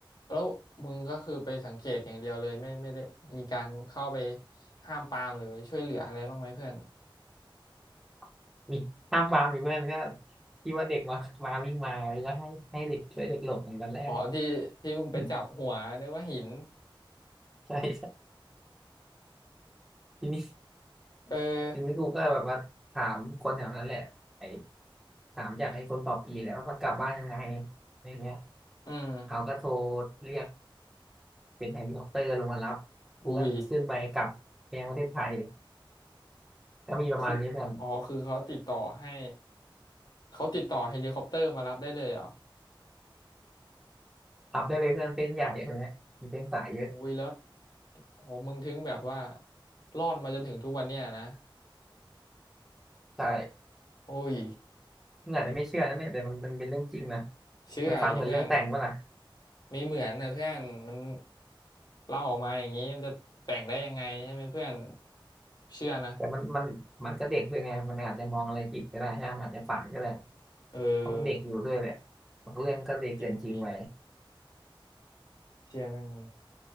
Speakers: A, on the left; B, in the centre.
A: แล้วมึงก็คือไปสังเกตอย่างเดียวเลยไม่ไม่ได้มีการเข้าไปห้ามปรามหรือไปช่วยเหลืออะไรบ้างไหมเพื่อน
B: <laughs> มีห้ามวางมีเพื่อนก็ที่ว่าเด็กมามาวิ่งมาแล้วก็ให้ให้เด็กช่วยเด็กหลบในตอนแรกอ่ะ
A: อ๋อที่ที่มึงไปจับหัวนึกว่าหิน
B: <laughs> ใช่ใช่ทีนี้
A: เออ
B: ทีนี้กูก็แบบว่าถามคนแถวนั้นแหละไอ้ถามอยากให้คนต่อปีแหละว่าเขากลับบ้านยังไงอะไรเงี้ย
A: อืม
B: เขาก็โทรเรียกเป็นเฮลิคอปเตอร์ลงมารับกูก็ขึ้นไปกลับแกงประเทศไทย
A: อุ้ย
B: ก็มีประมาณนี้เพื่อน
A: คืออ๋อคือเขาติดต่อให้เขาติดต่อเฮลิคอปเตอร์มารับได้เลยเหรอ
B: รับได้เลยเพื่อนเส้นใหญ่อะไรเนี้ยมีเส้นสายเยอะ
A: อุ้ยแล้วโอ้มึงถึงแบบว่ารอดมาจนถึงทุกวันเนี้ยนะ
B: ใช่
A: โอ้ย
B: มึงอาจจะไม่เชื่อนะเนี่ยแต่มันมันเป็นเรื่องจริงนะ
A: เชื่อดิเพื่อน
B: มันฟังเหมือนเรื่องแต่งป่ะล่ะ
A: ไม่เหมือนนะเพื่อนมันเล่าออกมาอย่างนี้มันจะแต่งได้ยังไงใช่ไหมเพื่อนเชื่อนะ
B: แต่มันมันมันก็เด็กด้วยไงมันอาจจะมองอะไรผิดก็ได้ฮะมันอาจจะฝันก็ได้
A: เออ
B: เพราะมันเด็กอยู่ด้วยแหละบางเรื่องก็เลยเกินจริงไป
A: จริงๆเชื่อแม่ง